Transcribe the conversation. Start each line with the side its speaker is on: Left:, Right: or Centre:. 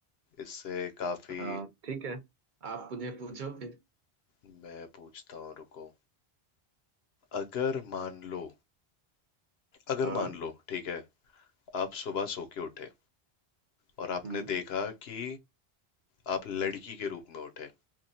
Left: इससे काफी
Right: हाँ ठीक है आप मुझे पूछो फिर
Left: मैं पूछता हूँ रुको अगर मान लो अगर
Right: हाँ
Left: मान लो ठीक है आप सुबह सो के उठे और आपने
Right: हम्म
Left: देखा कि आप लड़की के रूप में उठे